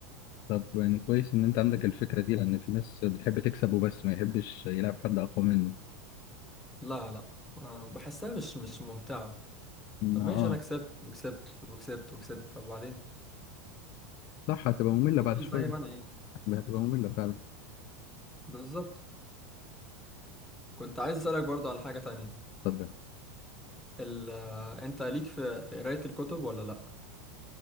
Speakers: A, on the left; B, in the centre.
A: طب يعني كويس ان انت عندك الفكره دي لان في ناس بتحب تكسب وبس ما يحبش يلعب حد اقوى منه
B: لا لا آه، بحسها مش مش ممتعه
A: ما
B: طب ماشي
A: اه
B: انا كسبت وكسبت وكسبت وكسبت طب بعدين
A: صح هتبقى ممله
B: افضل
A: بعد شويه
B: زي ما انا يعني
A: هتبقى ممله فعلا
B: بالظبط كنت عايز اسالك برضو على حاجه تانية
A: اتفضل
B: ال آه، انت ليك في في قرايه الكتب ولا لا